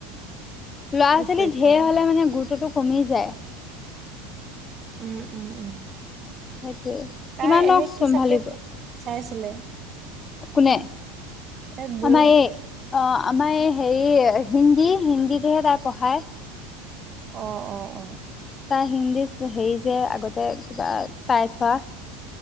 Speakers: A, on the left; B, on the right.
A: ল'ৰা
B: গোট
A: ছোৱালী
B: পৰীক্ষা
A: ধে হলে মানে গুৰুত্বতটো কমি যায়
B: উম উম উম
A: সেইটোৱে
B: তাই
A: কিমানক
B: এনে কি
A: চম্ভালিব
B: চাবজেক্ট চাইছিলে
A: কোনে
B: এই বৈ
A: আমাৰ এই অ আমাৰ এই হেৰি হিন্দী হিন্দীটোহে তাই পঢ়ায়
B: অ অ অ
A: তাই হিন্দীত হেৰি যে আগতে কিবা পাই থোৱা